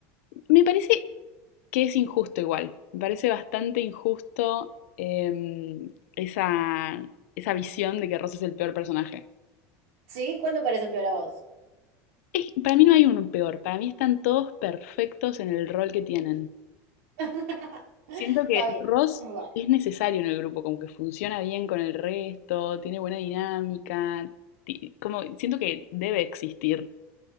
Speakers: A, on the left; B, on the right.
A: Me parece que es injusto igual. Me parece bastante injusto em, esa, esa visión de que Ross es el peor personaje.
B: ¿Sí? ¿Cuál te parece el peor a vos?
A: Es- para mí no hay un peor, para mí están todos perfectos en el rol que tienen.
B: <laughs>
A: Siento que
B: Está bien.
A: Ross
B: Bueno,
A: es necesario en el grupo, como que funciona bien con el resto, tiene buena dinámica, ti- como siento que debe existir.